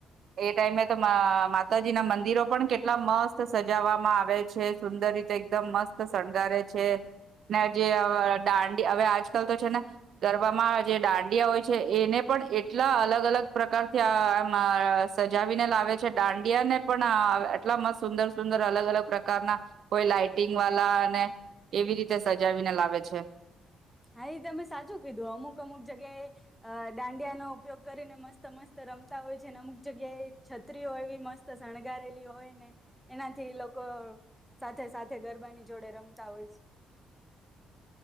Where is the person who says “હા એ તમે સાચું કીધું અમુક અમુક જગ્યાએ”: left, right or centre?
Centre